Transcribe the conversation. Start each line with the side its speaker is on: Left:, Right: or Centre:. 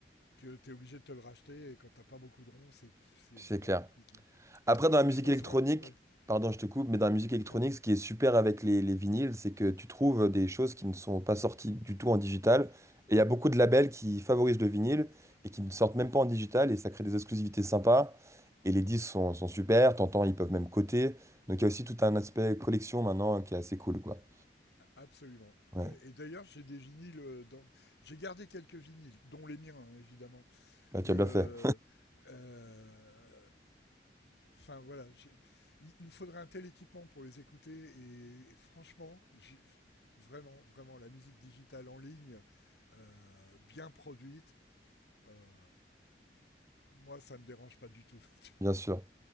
Left: que t'es obligé de te le racheter et quand t'as pas beaucoup de ronds, c'est, c'est
Right: C'est
Left: vraiment
Right: clair.
Left: compliqué.
Right: Après, dans la
Left: Et
Right: musique
Left: je pense,
Right: électronique,
Left: voilà, ouais.
Right: pardon, je te coupe, mais dans la musique électronique,
Left: Non,
Right: ce qui est super avec les, les vinyles, c'est que tu trouves des choses qui ne sont pas sorties du tout en digital. Et il y a beaucoup de labels qui favorisent le vinyle et qui ne sortent même pas en digital et ça crée des exclusivités sympas. Et les disques sont, sont super, t'entends, ils peuvent même coter. Donc il y a aussi tout un aspect collection maintenant qui est assez cool, quoi.
Left: absolument.
Right: Ouais,
Left: Ouais. Et d'ailleurs, j'ai des vinyles. euh, Dans... J'ai gardé quelques vinyles, dont les miens, hein, évidemment.
Right: Bah,
Left: Mais
Right: tu as bien
Left: euh,
Right: fait,
Left: euh, enfin voilà, j'ai- il, il, me faudrait un tel équipement pour les écouter. Et franchement, j'ai- vraiment, vraiment, la musique digitale en ligne, euh, bien produite, euh, moi, ça me dérange pas du tout. <laughs>
Right: <laughs> bien sûr.